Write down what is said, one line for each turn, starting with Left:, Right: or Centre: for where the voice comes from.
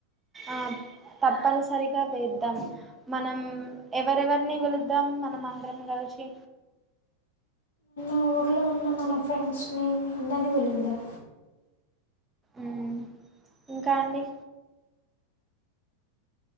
Right: ఆ తప్పనిసరిగా వేద్దాం మనం ఎవరెవరిని విలుద్దాం మనం అందరం కలిసి
Left: మా ఊర్లో ఉన్న మన ఫ్రెండ్స్ నేమ్ అందరిని విలుద్దాం
Right: ఉ ఇంకా అండి